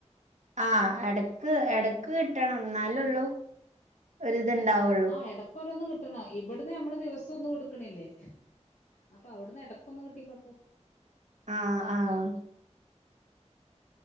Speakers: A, on the right; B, on the left.
A: ആ എടക്ക് എടക്ക് കിട്ടണം എന്നാലള്ളൂ ഒരിതുണ്ടാവുള്ളൂ
B: ആ എടക്ക് ഓരോന്ന് കിട്ടണ ഇവെട്ന്ന് നമ്മള് ദിവസോന്ന് കൊട് ക്ക്ണില്ലേ അപ്പ അവ്ട്ന്ന് എടക്കൊന്ന് കിട്ടിക്കോട്ടെ.
A: ആഹ് ആഹ്